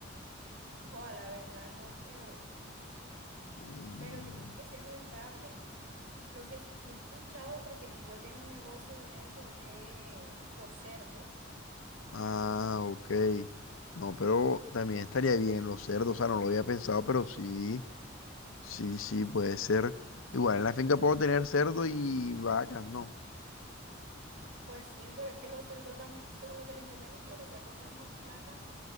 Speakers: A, on the right; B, on the left.
A: Ojalá, la verdad, no, pero...
B: Mm,
A: pero yo pienso que sí es rentable. Lo que sí he escuchado, porque mi tío tiene un negocio de eso, es los cerdos.
B: Ah, ok. No, pero también estaría bien los cerdos, o sea, no lo había pensado, pero sí, sí, sí, puede ser. Igual en la finca puedo tener cerdo y vacas, ¿no?
A: Pues sí, pero es que los cerdos dan, según lo que le entendí a mi tío, los cerdos dan más plata